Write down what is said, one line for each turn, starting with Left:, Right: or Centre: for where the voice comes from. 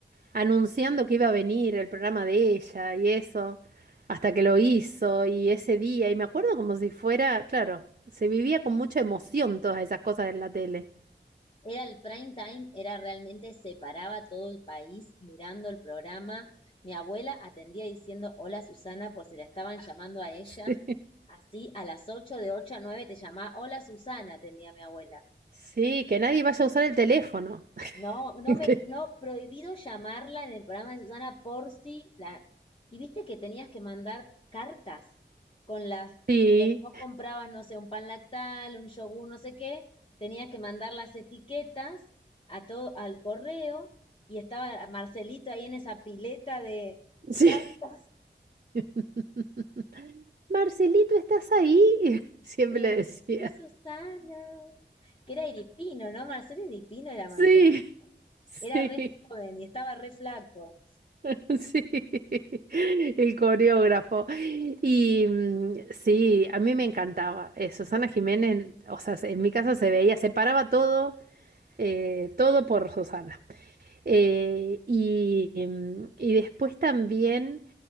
Right: anunciando que iba a venir el programa de ella y eso, hasta que lo hizo y ese día, y me acuerdo como si fuera, claro, se vivía con mucha emoción todas esas cosas en la tele.
Left: Era el prime time, era realmente, se paraba todo el país mirando el programa. Mi abuela atendía diciendo hola Susana por si la estaban llamando a ella.
Right: <laughs> Sí,
Left: Así, a las ocho de 8 a 9 te llamaba hola Susana, atendía mi abuela.
Right: Sí, que nadie vaya a usar el teléfono. <laughs>
Left: No, no me,
Right: Que-
Left: no, prohibido llamarla en el programa de Susana por si la. Y viste que tenías que mandar cartas con las.
Right: Sí,
Left: le- Vos comprabas, no sé, un pan lactal, un yogur, no sé qué, tenías que mandar las etiquetas a todo, al correo, y estaba Marcelito ahí en esa pileta de
Right: sí.
Left: cartas.
Right: <laughs> Marcelito, ¿estás ahí? <laughs> Siempre
Left: de,
Right: le decía.
Left: Sí, Susana. Que era Iripino, ¿no? Marcelo Iripino era
Right: Sí,
Left: Marcelito.
Right: sí,
Left: Era re joven y estaba re flaco.
Right: <laughs> sí, el coreógrafo. Y mm, sí, a mí me encantaba. Eh, Susana Jiménez, o sea, se- en mi casa se veía, se paraba todo, eh, todo por Susana. Eh, y, mm, y después también,